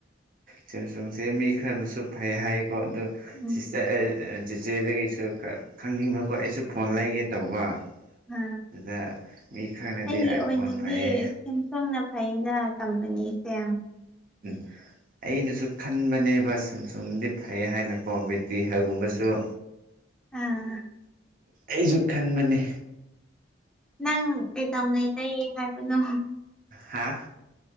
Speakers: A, on the right; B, in the centre.
A: ꯁꯦꯝꯁꯨꯡꯁꯦ ꯃꯤ ꯈꯔꯅꯁꯨ ꯐꯩ ꯍꯥꯏꯀꯣ ꯑꯗꯨ
B: ꯎꯝ
A: ꯁꯤꯁꯇꯔ ꯆꯦꯆꯦꯗꯒꯤꯁꯨ ꯈꯔ ꯈꯪꯅꯤꯡꯕꯀꯣ ꯑꯩꯁꯨ ꯐꯣꯟ ꯂꯩꯒꯦ ꯇꯧꯕ
B: ꯑ
A: ꯑꯗꯨꯗ ꯃꯤ ꯈꯔꯅꯗꯤ
B: ꯑꯩꯒꯤ
A: ꯑꯥꯏꯐꯣꯟ
B: ꯑꯣꯏꯅꯗꯤ
A: ꯐꯩꯌꯦ
B: ꯁꯦꯝꯁꯨꯡꯅ ꯐꯩꯗ ꯀꯝꯄꯅꯤꯁꯦ
A: ꯎꯝ ꯑꯩꯅꯁꯨ ꯈꯟꯕꯅꯦꯕ ꯁꯦꯝꯁꯨꯝꯗꯤ ꯐꯩ ꯍꯥꯏꯅ ꯑꯣ ꯕꯤꯇꯤ ꯍꯦꯜ ꯒꯨꯝꯕꯁꯨ ꯑ
B: ꯑꯥ
A: ꯑꯩꯁꯨ ꯈꯟꯕꯅꯤ
B: ꯅꯪ ꯀꯩꯗꯧꯉꯩ ꯂꯩꯌꯦ ꯍꯥꯏꯕꯅꯣ
A: ꯍꯥꯥ